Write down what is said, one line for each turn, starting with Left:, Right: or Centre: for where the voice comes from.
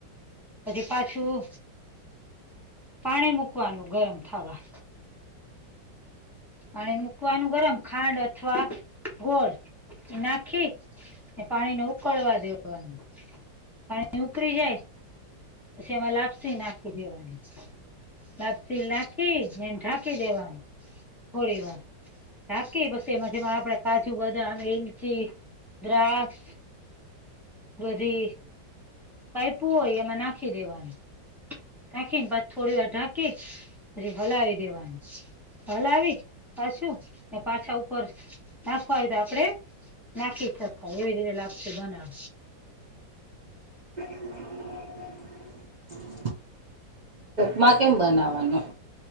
Centre: પછી પાછું, પાણી મૂકવાનું ગરમ થાવા. પાણી મૂકવાનું ગરમ ખાંડ અથવા ગોળ, એ નાખી. પાણીને ઉકળવા દેવાનું, પાણી ઉકળી જાય. પછી એમાં લાપસી નાખી દેવાની. લપથી નાખી ને ઢાંકી દેવાનું. થોડી વાર રાખ બસ એમાં જેમાં આપડે કાજુ બદામ એલચી. દ્રાક્ષ. બધી પઈપું હોય એમાં નાખી દેવાનું. નાખીને પાછ થોડી વાર ઢાંકી પછી હલાવી દેવાનું. હલ આવી પાછું ને પાછા ઉપર નાખવાય તો આપડે. નાખીાય એવી રીતે લ આપશે બના.
Right: <inaudible> મા કેમ બનાવવાનું.